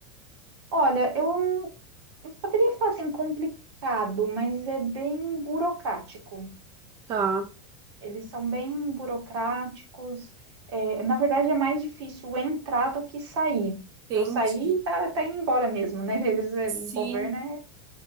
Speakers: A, on the right; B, on the right.
A: olha, eu não poderia falar assim complicado, mas é bem burocrático.
B: Tá,
A: Eles são bem burocráticos. É, na verdade, é mais difícil entrar do que sair. Porque
B: entendi.
A: o sair tá, tá indo embora mesmo, né? Eles, é,
B: Sim.
A: o governo é.